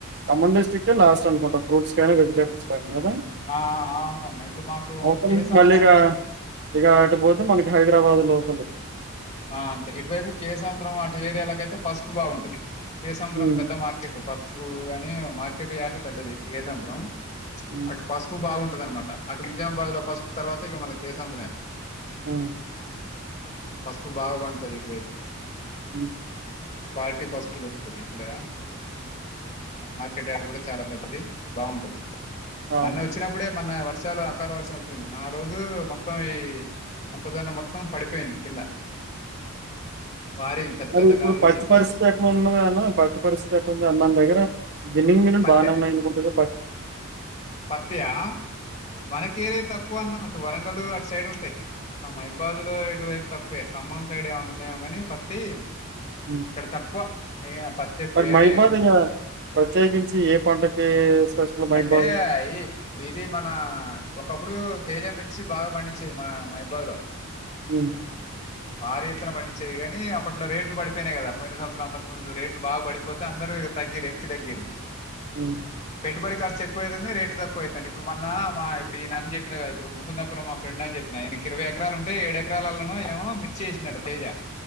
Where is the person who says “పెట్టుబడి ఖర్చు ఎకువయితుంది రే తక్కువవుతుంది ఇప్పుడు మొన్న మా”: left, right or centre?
Left